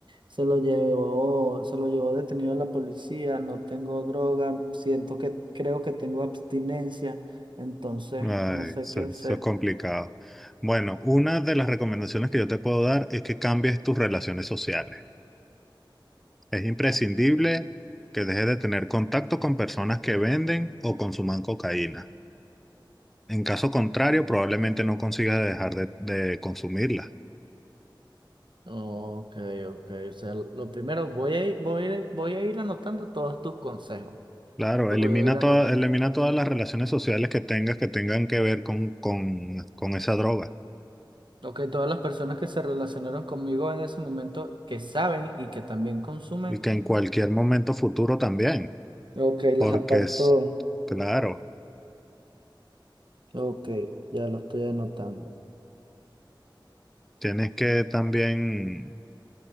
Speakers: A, on the right; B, in the centre.
A: se lo llevó, se lo llevó detenido la policía. No tengo droga, siento que creo que tengo abstinencia, entonces
B: Ay,
A: no sé
B: eso,
A: qué hacer.
B: eso es complicado. Bueno, una de las recomendaciones que yo te puedo dar es que cambies tus relaciones sociales. Es imprescindible que dejes de tener contacto con personas que venden o consuman cocaína. En caso contrario, probablemente no consigas dejar de de consumirla.
A: Ok, ok. O sea, lo primero, voy a ir, voy a ir, voy a ir anotando todos tus consejos.
B: Claro,
A: Los
B: elimina
A: voy a ir anotando.
B: toda, elimina todas las relaciones sociales que tengas que tengan que ver con, con, con esa droga
A: Ok, todas las personas que se relacionaron conmigo en ese momento, que saben y que también consumen,
B: y que en cualquier momento futuro también,
A: Ok, las
B: porque
A: aparto,
B: es, claro,
A: Ok, ya lo estoy anotando.
B: tienes que también